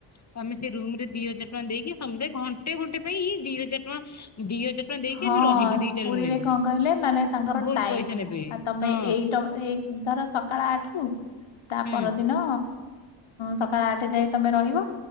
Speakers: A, on the left (about 30°); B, on the left (about 65°).
A: ତ ଆମେ ସେ ରୁମ ରେ ଦି ହଜାର ଟଙ୍କା ଦେଇକି ସମୁଦାୟୀ ଘଣ୍ଟେ ଘଣ୍ଟେ ପାଇଁଁ ଦିଇ ହଜାର ଟଙ୍କା ଦି ହଜାର। ଟଙ୍କା ଦେଇକି
B: ହଁ
A: ଆମେ ରହିଲୁ ଦିଟା
B: ପୁରୀରେ
A: ରୁମ ନେଲୁ
B: କଣ କହିଲେ ମାନେ ତାଙ୍କର
A: ବହୁତ
B: ଟାଇମ
A: ପଇସା ନେବେ
B: ଆ ତମେ
A: ହଁ
B: ଏଇଟ ଏଇ ଧର ସକାଳ ଆଠ ରୁ। ତା
A: ହୁଁ
B: ପରଦିନ ସକାଳ ଆଠ ଯାଏ ତମେ ରହିବ